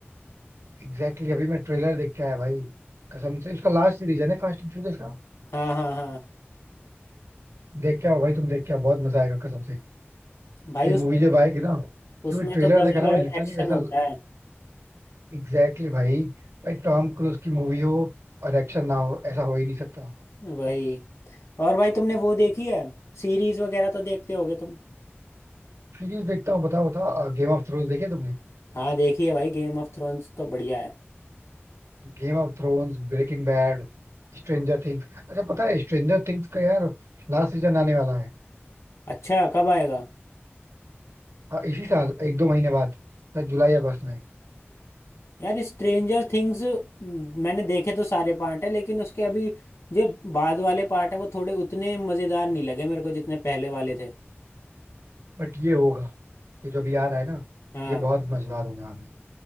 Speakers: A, on the right; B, on the left.
A: एग्जैक्टली exactly, अभी मैं ट्रेलर देख के आया भाई कसम से उसका लास्ट सीरीज है ना फास्ट एंड फ्यूरियस का
B: हाँ हाँ हाँ
A: देख के आओ भाई तुम देख के आओ बहुत मजा आएगा कसम से तो
B: भाई
A: ये
B: उसमें
A: मूवी जब
B: तो
A: आएगी ना क्योंकि
B: उसमें
A: ट्रेलर
B: तो गजब
A: देखा ना मैं लिटरली
B: एक्शन
A: ऐसा
B: होता है
A: एग्जैक्टली exactly भाई भाई टॉम क्रूज की मूवी हो और एक्शन ना हो ऐसा हो ही नहीं सकता
B: वही और भाई तुमने वो देखी है सीरीज वगैरह तो देखते होगे तुम
A: सीरीज देखता हूँ बताओ बताओ गेम ऑफ थ्रोन्स देखे तुमने
B: हाँ देखी है भाई गेम ऑफ थ्रोन्स तो बढ़िया है
A: Game of thrones breaking bad stranger things अच्छा पता है स्ट्रेंजर थिंग्स का यार लास्ट सीजन आने वाला है
B: अच्छा कब आएगा
A: हाँ इसी साल एक दो महीने बाद शायद जुलाई अगस्त में
B: यार स्ट्रेंजर थिंग्स मैंने देखे तो सारे पार्ट है लेकिन उसके अभी जो बाद वाले पार्ट है वो थोड़े उतने मज़ेदार नहीं लगे मेरे को जितने पहले वाले थे
A: बट ये होगा ये जो भी आ रहा है ना
B: हाँ
A: ये बहुत मजेदार होने वाला है